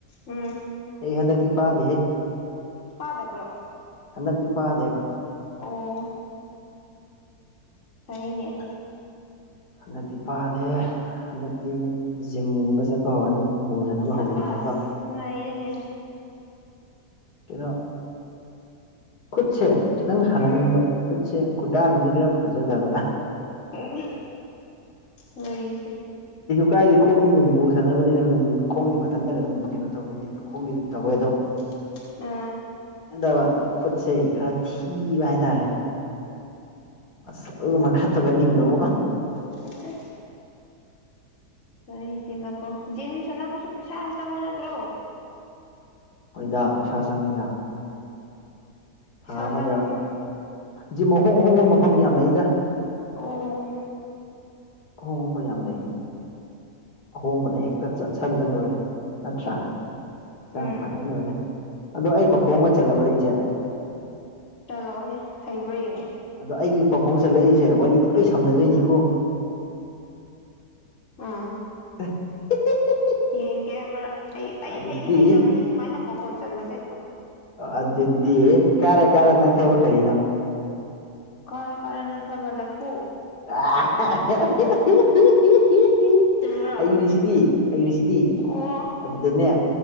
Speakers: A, on the left; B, on the left.
A: ꯎꯝ
B: ꯑꯩ ꯍꯟꯗꯛꯇꯤ ꯄꯥꯗꯦꯍꯦ
A: ꯄꯥꯗꯕ꯭ꯔꯣ
B: ꯍꯟꯗꯛꯇꯤ ꯄꯥꯗꯦꯕ
A: ꯑꯣ ꯍꯅꯦ
B: ꯍꯟꯗꯛꯇꯤ ꯄꯥꯗꯦ ꯍꯟꯗꯛꯇꯤ ꯑꯃꯨꯛ ꯖꯤꯝꯒꯨꯝꯕ ꯆꯠꯄ ꯍꯧꯔꯅꯤ ꯑꯃꯨꯛ ꯕꯣꯜ ꯁꯥꯟꯅꯕ
A: ꯆꯕꯁ
B: ꯍꯧꯗꯣꯏꯅꯤ ꯑꯃꯨꯛꯀ
A: ꯅꯩꯅꯅꯦ
B: ꯀꯩꯅꯣ ꯈꯨꯠꯁꯦ ꯈꯤꯇꯪ ꯁꯥꯟꯅꯅꯤꯡꯕ
A: ꯎꯝ
B: ꯈꯨꯠꯁꯦ ꯈꯨꯗꯥꯡꯁꯤ ꯈꯔ ꯐꯖꯗꯕ
A: ꯅꯨꯪꯉꯥꯏꯔꯦꯁꯦ
B: ꯀꯥꯏꯗꯤ ꯈꯣꯡꯗꯤ ꯑꯗꯨꯝ ꯣ ꯁꯥꯟꯅꯕꯅꯤꯅ ꯑꯗꯨꯝ ꯈꯣꯡꯗꯤ ꯃꯊꯟꯗꯒ ꯑꯗꯨꯝ ꯀꯩꯅꯣ ꯇꯧꯈꯤꯅꯤ ꯈꯣꯡꯗꯤ ꯑꯗꯨꯝ ꯇꯧꯋꯦ ꯑꯗꯨꯝ
A: <unintelligible>
B: ꯑꯩꯅꯗꯕ ꯈꯨꯠꯁꯦ ꯈꯔ ꯊꯤꯕ ꯍꯥꯏꯇꯥꯔꯦ ꯃꯁ ꯃ ꯀꯥ ꯇꯒ ꯅꯤꯡꯉꯣ
A: ꯑꯁ ꯀꯔꯤꯗꯦꯕꯀꯣ ꯖꯤꯝ ꯁꯥꯟꯅꯕꯁꯨ ꯄꯩꯁꯥ ꯌꯥꯝ ꯆꯪꯕ ꯅꯠꯇ꯭ꯔꯣ
B: ꯍꯈꯣꯏꯗ ꯄꯩꯁꯥ ꯆꯪꯉꯤꯗ
A: ꯄꯩꯁꯥ
B: ꯊꯥ ꯑꯃꯗꯪ
A: ꯆꯪ
B: ꯖꯤꯝ ꯑꯍꯣꯡ ꯑꯍꯣꯡꯕ ꯃꯐꯝ ꯌꯥꯝ ꯂꯩꯗ
A: ꯑꯣ
B: ꯍꯣꯡꯕ ꯌꯥꯝꯅꯦ ꯑꯍꯣꯡꯕꯗ ꯍꯦꯛꯇ ꯆꯠꯁꯜꯂ ꯂꯣꯏꯔꯦ ꯅꯠꯇ꯭ꯔꯥ ꯍꯛꯆꯥꯡ
A: ꯎꯝ
B: ꯐꯔꯦ ꯂꯣꯏꯔꯦ ꯑꯗꯣ ꯑꯩ ꯄꯥꯈꯣꯡ ꯑꯃ ꯆꯠꯂꯎꯨꯔꯦ ꯏꯆꯦ
A: ꯆꯂꯧꯅꯦ ꯍꯩꯕ꯭ꯔꯣ ꯌꯦꯦ
B: ꯑꯗ ꯑꯩꯒꯤ ꯄꯥꯈꯣꯡ ꯆꯠꯂꯛꯏꯁꯦ ꯋꯥꯔꯤꯗꯨ ꯂꯣꯏ ꯁꯝꯅꯗꯣꯏꯅꯤꯀꯣ
A: ꯑꯥ
B: <unintelligible>
A: ꯌꯦꯡꯒꯦ ꯑꯩ ꯑꯩ
B: ꯑꯗꯨꯗꯤ
A: ꯍꯩꯗꯤ ꯍꯩꯇꯕꯅꯦ ꯁꯨꯃꯥꯏꯅ ꯄꯈꯣꯟ ꯆꯟꯕꯁꯦ
B: ꯑꯗꯨ ꯑꯗꯨꯗꯤ ꯀꯥꯔꯥ ꯀꯥꯔ ꯅ ꯊꯕ ꯀꯔꯤꯅꯣ
A: ꯀꯔ ꯀꯔ ꯅꯥꯜ ꯊꯕ ꯂꯥꯐꯨ
B: <unintelligible>
A: ꯆꯨꯝꯕ꯭ꯔꯣ
B: ꯍꯩꯔꯤꯁꯤꯗꯤ ꯍꯩꯔꯤꯁꯤꯗꯤ
A: ꯑꯣ
B: ꯑꯗꯨꯗꯅꯦ